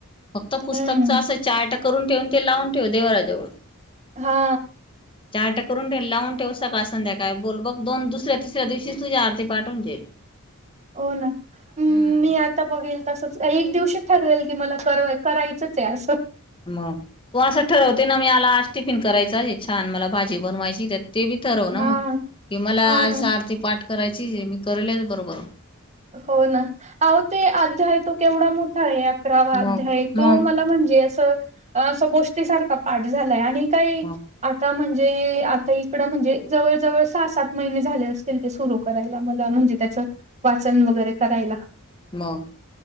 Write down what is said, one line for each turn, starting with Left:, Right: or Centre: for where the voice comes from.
Left: फक्त पुस्तकच
Right: हं.
Left: असं चार्ट करून ठेवून ते लावून ठेव देवराजवळ.
Right: हा.
Left: चार्ट करून तेन लावून ठेव. सकाळ संध्याकाळी बोल बघ दोन दुसऱ्या तिसऱ्या दिवशी तुझी आरती पाठवून जाईल.
Right: हो ना, मी
Left: हम्म
Right: आता बघेल तस एक दिवशी ठरवेल की मला क करायचंच आहे असं.
Left: मग तू असं ठरवते ना मी आला आज टिफिन करायचा छान मला भाजी बनवायची त्या ते बी ठरव ना
Right: हा
Left: म, की मला
Right: हा
Left: आज
Right: ना.
Left: आरती पाठ करायची मी करेलच बरोबर.
Right: हो ना, अहो ते अध्याय तो केवढा मोठा हाय. अकरावा
Left: मग
Right: आध्याय तो
Left: मग
Right: मला म्हणजे असं अस गोष्टी सारखा पाठ झालाय आणि काय,
Left: मग
Right: आता म्हणजे जे आता इकड म्हणजे जवळ जवळ सहा सात महिने झाले असतील ते सुरु करायला मला. म्हणजे त्याच वाचन वगैरे करायला.
Left: मग